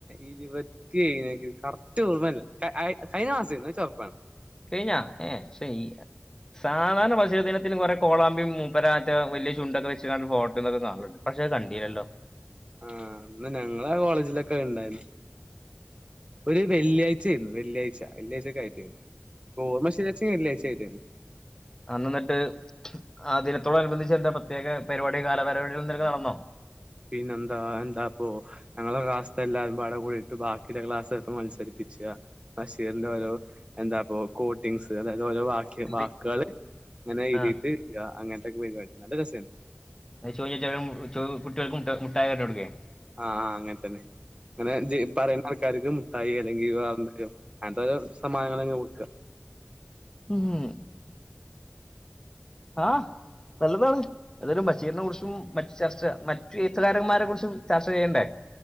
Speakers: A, on the right; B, on the left.
A: ഇരുപത്തിയഴേ കറക്റ്റ് ഓർമ്മല്ല. കഴിഞ്ഞ മാസർന്നു അഹ് ച ഉറുപ്പാണ്.
B: കയിഞ്ഞാ എയിശ <unintelligible> കാണാൻ പശുദിനത്തിന് കുറെ കോളാമ്പിയും മൂപ്പരാറ്റ വലിയ ചുണ്ടൊക്കെ വെച്ച്ങ്ങാണം ഫോട്ടോന്നൊക്കെ കാണു ആളു പഷേ കണ്ടീല്ലല്ലോ
A: ആ ആഹ് ഇന്ന് ഞങ്ങള കോളേജിലൊക്കെ ഇണ്ടായിരുന്ന് ഒരു വെള്ളിയാഴ്ചയായിരുന്നു
B: ഉം.
A: വെള്ളിയാഴ്ച വെള്ളിയാഴ്ച്ചൊക്കെ ആയിട്ടേനു ഓർമ്മ ശെരിയാച്ച വെള്ളിയാഴ്ച ആയിട്ടാരുന്നു
B: അന്നെന്നിട്ട് ആ ദിനത്തോടനുബന്ധിച്ച് എന്താ പ്രത്യേക പരിപാടി കാലപരിപാടികളെന്തേലൊക്കെ നടന്നോ
A: പിന്നെന്താ എന്താപ്പൊ ഹ് ഞങ്ങളെ ക്ലാസ്ത്തെ എല്ലാരുംവട കൂടിയിട്ട് ബാക്കിള്ളെ ക്ലാസ്സൊപ്പം മത്സരിപ്പിച്ച്യ ബഷീറിന്റെ ഓരോ എന്താപ്പോ കോട്ടിങ്സ് അതായത് ഓരോ വ ക്കെ
B: എന്ത്
A: വാക്ക്വള് ഇങ്ങനെ എയ്തീട്ട്
B: ആ
A: യ അങ്ങൻത്തൊക്കെ പരുപാടി നല്ല രസ
B: അയ് <unintelligible> ചോ കുട്ട്യോൾക്ക് മുട്ട മുട്ടായി എറിഞ്ഞ് കൊടുക്ക്
A: അഹ് അഹ് അങ്ങൻതന്നെ അങ്ങനെ ഇജ്ജ് പറയുന്ന ആൾക്കാർക്കും തൈ അല്ലെങ്കിൽ വേറെന്തെറയ എന്തെലും സമ്മാനങ്ങളങ്ങ് കൊടുക്ക
B: ഉം ആഹ് നല്ലതാണ് അതായത് ബഷീറിനെ കുറിച്ചും മറ്റ് ചർച്ച മറ്റു എഴുത്തുകാരന്മാരെ കുറിച്ചും ചർച്ച ചെയ്യണ്ടേ